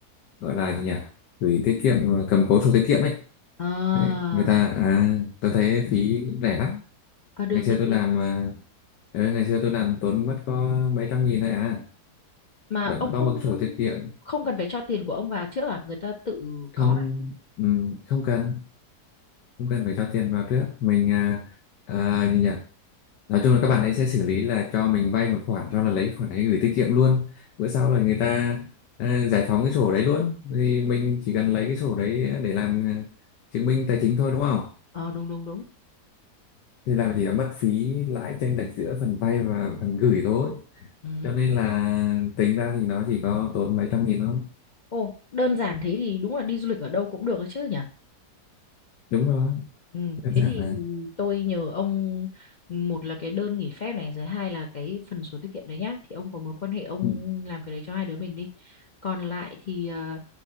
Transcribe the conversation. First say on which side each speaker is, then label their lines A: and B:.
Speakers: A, on the left; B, on the left.
A: gọi là gì nhỉ gửi tiết kiệm à, cầm cố sổ tiết kiệm ấy
B: à,
A: Đấy, người ta à, tôi thấy phí cũng rẻ lắm
B: à được
A: ngày xưa
B: được
A: tôi
B: được
A: làm à, ừ, ngày xưa tôi làm tốn mất có mấy trăm nghìn thôi à
B: mà
A: vẫn
B: ông không
A: có một cái sổ tiết kiệm
B: không cần phải cho tiền của ông vào trước à người ta tự
A: không
B: có à
A: ừ, không cần không cần phải cho tiền vào trước mình à, à, gì nhỉ nói chung là các bạn ấy sẽ xử lý là cho mình vay một khoản sau là lấy cái khoản ấy gửi tiết kiệm luôn bữa sau là người ta à, giải phóng cái sổ đấy luôn thì mình chỉ cần lấy cái sổ đấy để làm à, chứng minh tài chính thôi đúng không
B: ờ đúng đúng đúng
A: thì làm chỉ là mất phí lãi chênh lệch giữa phần vay và phần gửi thôi
B: ừ.
A: cho nên là tính ra thì nó chỉ có tốn mấy trăm nghìn thôi
B: Ồ, đơn giản thế thì đúng là đi du lịch ở đâu cũng được ấy chứ nhỉ?
A: đúng rồi
B: Ừ.
A: đơn
B: Thế
A: giản
B: thì
A: là
B: tôi nhờ ông ừ, một là cái đơn nghỉ phép này rồi hai là cái phần sổ tiết kiệm đấy nhá. Thì ông có mối quan hệ ông
A: ừ.
B: làm cái đấy cho hai đứa mình đi. Còn lại thì ờ,